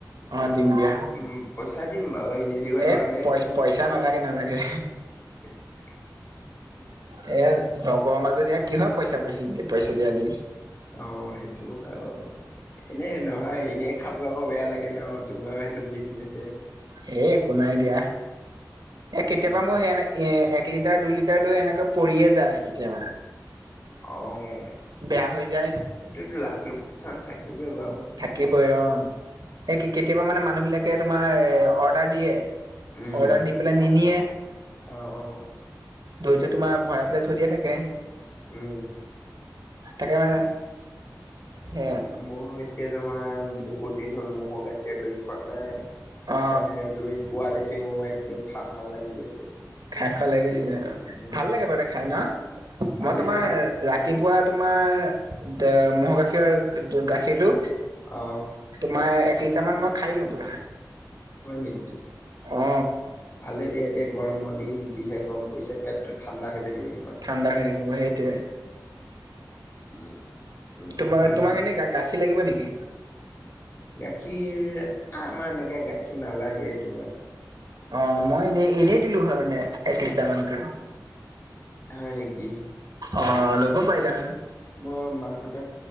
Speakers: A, on the right (about 70°); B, on the left (about 40°).
A: অ দিম দিয়া
B: উম, পইচা দিম বাৰু, এনেই দিব নালাগে।
A: এ
B: কিন্তু
A: পইচা নালাগে, নালাগে।
B: <inaudible>
A: এ, লগৰ মাজত এইয়া কিহৰ পইচা-পইচা, পইছা দিয়া দি
B: অ', সেইটোও হয় বাৰু, এনেই ন ধৰা, এনেই খাবলৈ আকৌ বেয়া লাগে ন, তোমাৰ সেইটো বিজনেছে
A: সেই একো নাই দিয়া। এ,
B: উম
A: কেতিয়াবা মোৰ এনে, এক লিটাৰ, দুই লিটাৰ দৈ এনেকৈ পৰিয়ে যায়, কেতিয়াবা
B: অ',
A: বেয়া হৈ যায়
B: সেইটোতো লাভ-লোকচান থাকিবই বাৰু।
A: থাকিবই। অ', এই কেতিয়াবা মানে মানুহবিলাকে তোমাৰ, অৰ্ডাৰ দিয়ে
B: উম
A: অৰ্ডাৰ দি নিনিয়ে,
B: অ অ
A: দৈটো তোমাৰ, ভৰাই পেলাই থৈ দিয়া থাকে।
B: উম।
A: তাকে, মানে সেয়া
B: মোৰ এতিয়া তোমাৰ, বহুত দিন হ'ল ম'হৰ গাখী খীৰৰ দৈ খোৱা নাই। সেইকাৰণে,
A: অ
B: তুমি কোৱা দেখি, মোৰ একদম খাওঁ-খাওঁ লাগি গৈছে।
A: খাওঁ-খাওঁ লাগি গৈছে,
B: উম
A: ভাল লাগে বাৰু খাই ন'?
B: ভালে
A: মই তোমাৰ
B: ভালে
A: ৰাতিপুৱা তোমাৰ, দ, ম'হৰ গাখীৰৰ, গাখীৰটো
B: অ'।
A: তোমাৰ, এক লিটাৰমান, মই খাই দিওঁ পুৰা।
B: হয় নেকি?
A: অ
B: ভালে দিয়া, এতিয়া গৰমৰ দিন যিহে গৰম পৰিছে পেটটো ঠাণ্ডা হৈ থাকিব তোমাৰ
A: ঠাণ্ডা হৈ থাকিব, সেইটোৱেই
B: উম। বাকী
A: তোমাৰ, তোমাক এনে গা-গাখীৰ লাগিব নেকি?
B: গাখীৰ, আ, আমাৰ এনেকে গাখীৰ নালাগেই, তোমাৰ
A: অ', মই এনে, এনেই দিলোঁ হয় মানে এক লিটাৰমানকৈ
B: হয় নেকি?
A: অ', ল'ব পাৰিলা হৈ
B: মই মাহঁতক